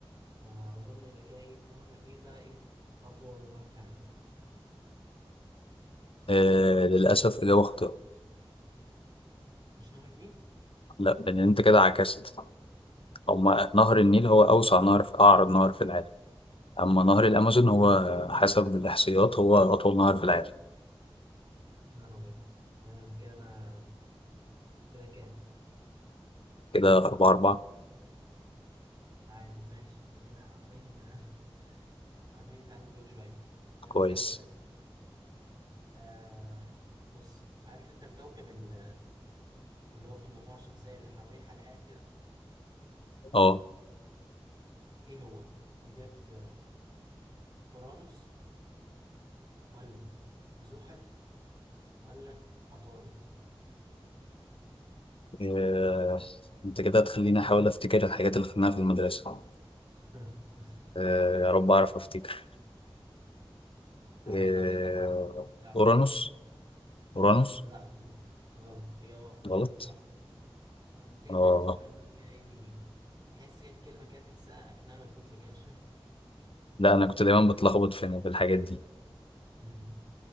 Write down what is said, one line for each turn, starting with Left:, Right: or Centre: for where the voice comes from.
Right: فاظن يبقى كده ايه نهر النيل بقى ايه اطول نهر في العالم
Left: إيه للأسف إجابة خاطئة
Right: مش نهر النيل
Left: لا لان انت كده عكست هما نهر النيل هو اوسع نهر في اعرض نهر في العالم اما نهر الامازون
Right: مم.
Left: هو حسب الاحصائيات هو اطول نهر في العالم
Right: نهر ابيض تمام كده انا كده كام
Left: كده أربعة أربعة
Right: تعادل ماشي ادينا عاملين <laughs> عاملين نتعادل كل شويه طيب
Left: كويس
Right: اسالك سؤال آه بص عارف انت الكوكب ال اللي هو في المجموعة الشمسية اللي حواليه حلقات كده
Left: اه
Right: ايه هو؟ هديلك اختيارات اورانوس ولا زحل ولا عطارد
Left: إيه، انت كده هتخليني احاول افتكر الحاجات اللي خدناها في المدرسة
Right: <laughs>
Left: إيه، يا رب اعرف افتكر
Right: ما
Left: إيه،
Right: تقلقش تعرف
Left: اورانوس اورانوس
Right: لا غلط غلط إجابة خاطئة
Left: غلط
Right: زحل أنا بفتكر
Left: اه
Right: دايما زحل اللي هو كده إيه بيجي تحس كده الكلمة كده تحسها أكنها ملفوفة كده <laughs> شوية
Left: لا انا كنت دايما بتلخبط في بالحاجات دي
Right: أمم.